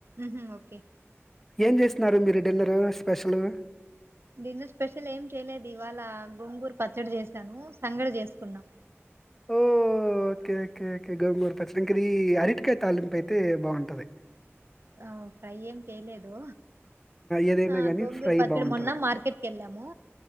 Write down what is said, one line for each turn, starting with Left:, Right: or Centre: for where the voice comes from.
Right: ఉహు ఓకే
Centre: ఏం చేస్తున్నారు మీరు డిన్నారు స్పెషల్ లు
Right: డిన్నర్ స్పెషల్ ఏం చేయలేదు ఇవాళ గొంగూర్ పచ్చడి చేస్ ా <unintelligible> ను సంగడి చేసుకున్నా
Centre: ఓ ఓకే ఓకే ఓకే గోంగూర పచ్చడి ఇంకాది అరటికాయ తాలింపు అయితే బాగుంటది
Right: ఆ ప్రై ఏం చేయలేదు
Centre: ఏదైనా
Right: ఆ
Centre: గానీ
Right: గొంగూర
Centre: ఫ్రై
Right: పచ్చడి
Centre: బాగుంటది
Right: మొన్న మార్కెట్కి వెళ్ళాము